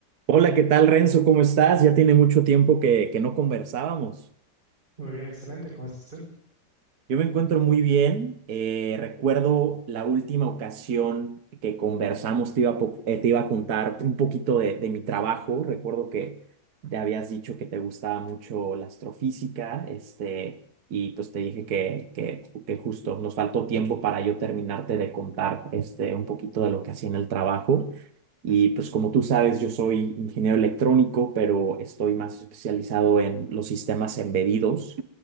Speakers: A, on the right; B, on the right.
A: Hola, ¿qué tal, Renzo? ¿Cómo estás? Ya tiene mucho tiempo que, que no conversábamos.
B: Muy bien, excelente. ¿Cómo estás tú?
A: Yo me encuentro muy bien. Eh, recuerdo la última ocasión que conversamos, te iba a, po- eh, te iba a contar un poquito de, de mi trabajo. Recuerdo que te habías dicho que te gustaba mucho la astrofísica, este, y pues te dije que, que, que justo nos faltó tiempo para yo terminarte de contar este, un poquito de lo que hacía en el trabajo. Y pues como tú sabes, yo soy ingeniero electrónico, pero estoy más especializado en los sistemas embedidos.